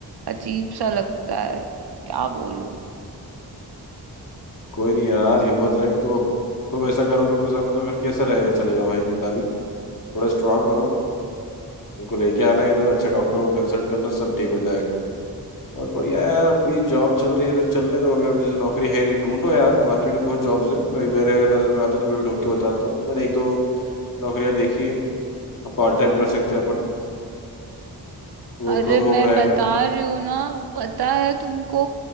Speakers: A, on the right; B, on the left.
A: अजीब सा लगता है क्या बोलूं
B: कोई नहीं यार हिम्मत रख तो अब तुम ऐसा करोगे उनके सामने तो फिर कैसा रहेगा चलेगा भाई मिताली थोड़ा स्ट्रांग बनो उनको लेके आना इधर अच्छे डॉक्टर को कंसल्ट करना सब ठीक हो जाएगा बहुत बढ़िया है यार अभी जॉब चल रही है तो चलने दो अगर जैसे नौकरी है नहीं ढूंढो यार मार्केट में बहुत जॉब्स हैं भाई मेरे अगर नज़र में आते तो मैं भी ढूंढ के बताता हूँ मैंने एक दो नौकरियां देखी है अब पार्ट टाइम कर सकते हैं अपन वर्क
A: अरे
B: फ्रॉम
A: मैं
B: होम रहेगा
A: बता रही हूँ ना पता है तुमको